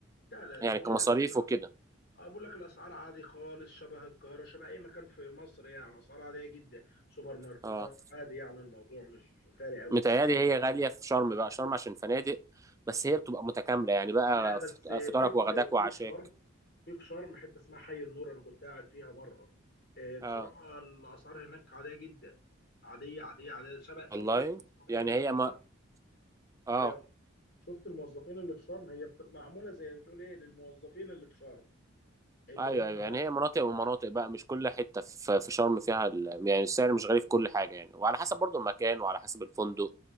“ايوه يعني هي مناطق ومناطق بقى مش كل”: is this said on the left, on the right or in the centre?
Right